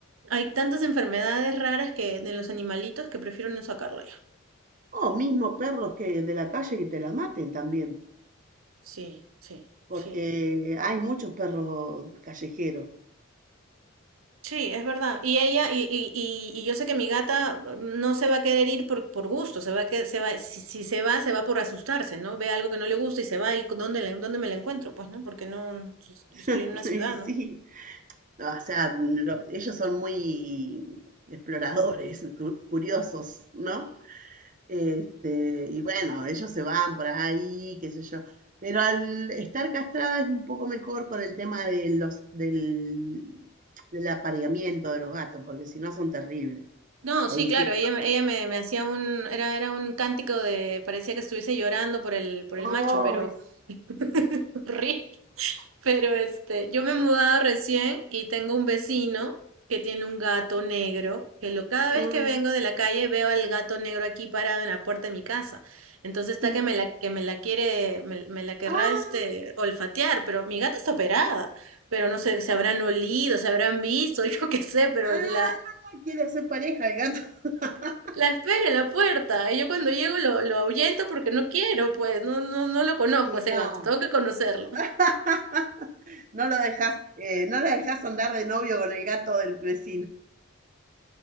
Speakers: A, on the right; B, on the right.
A: hay tantas enfermedades raras que de los animalitos que prefiero no sacarlo ya.
B: O mismo perros que de la calle que te la maten también,
A: Sí, sí,
B: porque
A: sí.
B: hay muchos perros callejeros.
A: Sí, es verdad. Y ella, y, y, y, y yo sé que mi gata mm, no se va a querer ir por, por gusto, se va a que se va, si, si se va, se va por asustarse, ¿no? Ve algo que no le gusta y se va, y dónde le- dónde me la encuentro, pues, ¿no? Porque no, no, pues,
B: <laughs>
A: yo estoy en una ciudad,
B: Y sí,
A: ¿no?
B: no, o sea, lo- ellos son muy exploradores, cu- curiosos, ¿no? Este, y bueno, ellos se van por ahí, qué sé yo. Pero al estar castrada es un poco mejor con el tema de los, del, del apareamiento de los gatos, porque si no son terribles.
A: No,
B: Ahí
A: sí, claro,
B: sí.
A: ella, me- ella me, me hacía un, era, era un cántico de, parecía que estuviese llorando por el, por el
B: ¡Ay!
A: macho, pero <laughs> horrible. Pero este, yo me he mudado recién y tengo un vecino que tiene un gato negro, que lo, cada vez
B: ah,
A: que vengo de la calle veo al gato negro aquí parado en la puerta de mi casa. Entonces está
B: sí.
A: que me la, que me la quiere, me, me la querrá
B: Ah,
A: este olfatear, pero mi gata está operada, pero no sé, se habrán olido, se habrán visto, <laughs> yo qué sé, pero
B: ah,
A: la,
B: quiere hacer pareja el gato. <laughs>
A: la espera en la puerta. Y yo cuando llego lo, lo ahuyento porque no quiero, pues, no, no, no lo conozco
B: Y
A: a ese
B: no,
A: gato, tengo que conocerlo. <laughs>
B: <laughs> no lo dejas, eh, no la dejas andar de novio con el gato del vecino.